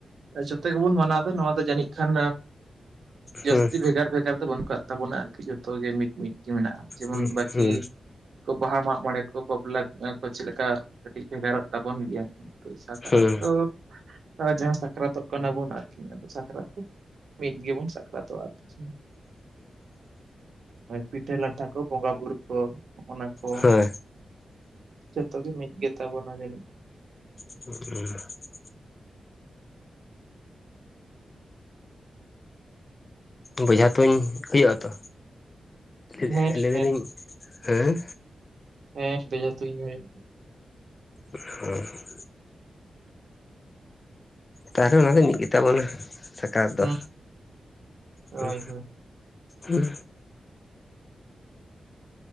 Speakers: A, on the right (about 70°); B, on the left (about 30°).
A: ᱡᱚᱛᱚ ᱜᱮᱵᱚᱱ ᱢᱟᱱᱟᱣ ᱫᱟ ᱱᱚᱣᱟ ᱫᱚ ᱡᱟᱹᱱᱤᱡ ᱠᱷᱟᱱ ᱡᱟᱹᱥᱛᱤ
B: ᱦᱩᱸ
A: ᱵᱷᱮᱜᱟᱨ ᱵᱷᱮᱜᱟᱨ ᱫᱚ ᱵᱟᱹᱱᱩᱜ ᱠᱟᱜ ᱛᱟᱵᱚᱱᱟ ᱟᱨᱠᱤ ᱡᱚᱛᱚ ᱜᱮ ᱢᱤᱫ ᱢᱤᱫ᱾ ᱢᱮᱱᱟᱜᱼᱟ ᱡᱮᱢᱚᱱ
B: ᱦᱩᱸ
A: ᱵᱟᱠᱤ
B: ᱦᱩᱸ
A: ᱵᱟᱦᱟ ᱢᱟᱜ ᱢᱚᱬᱮ ᱠᱚ ᱵᱟᱯᱞᱟ ᱠᱚ ᱪᱮᱫ ᱞᱮᱠᱟ ᱠᱟᱹᱴᱤᱡ ᱵᱷᱮᱜᱟᱨᱚᱜ ᱛᱟᱵᱚᱱ ᱜᱮᱭᱟ᱾ ᱥᱟᱠᱨᱟᱛ
B: ᱦᱩᱸ
A: ᱫᱚ ᱡᱟᱦᱟᱸ ᱥᱟᱠᱨᱟᱛᱚᱜ ᱠᱟᱱᱟ ᱵᱚᱱ ᱟᱨᱠᱤ ᱟᱫᱚ ᱥᱟᱠᱨᱟᱛ ᱫᱚ ᱢᱤᱫ ᱜᱮᱵᱚᱱ ᱥᱟᱠᱨᱟᱛᱚᱜ-ᱟ ᱟᱨ ᱪᱮᱫ᱾ ᱯᱤᱴᱷᱟᱹ ᱞᱟᱴᱷᱟ ᱠᱚ ᱵᱚᱸᱜᱟ ᱵᱩᱨᱩ ᱠᱚ ᱚᱱᱟ ᱠᱚ
B: ᱦᱩᱸ ᱦᱮᱸ
A: ᱡᱚᱛᱚ ᱜᱮ ᱢᱤᱫ ᱜᱮᱛᱟ ᱵᱚᱱᱟ ᱡᱟᱹᱱᱤᱡ?
B: <inaudible> ᱵᱚᱡᱷᱟ ᱛᱩᱧ ᱦᱩᱭᱩᱜ ᱟᱛᱚ, ᱞᱟᱹᱭ
A: ᱦᱮᱸ
B: ᱫᱟᱞᱤᱧᱼᱼ
A: ᱦᱮᱸ
B: ᱦᱮᱸ᱾
A: ᱦᱮᱸ ᱵᱮᱡᱷᱟ ᱛᱩᱧ ᱦᱩᱭᱩᱜᱼᱼ
B: ᱦᱩᱸ᱾ ᱛᱟᱦᱞᱮ ᱚᱱᱟ ᱫᱚ ᱢᱤᱫ ᱜᱮᱛᱟ ᱵᱚᱱᱟ ᱥᱟᱠᱨᱟᱛ
A: ᱦᱮᱸ
B: ᱫᱚ᱾
A: ᱦᱳᱭ
B: ᱦᱩᱸ᱾
A: ᱦᱳᱭ
B: ᱦᱩᱸ᱾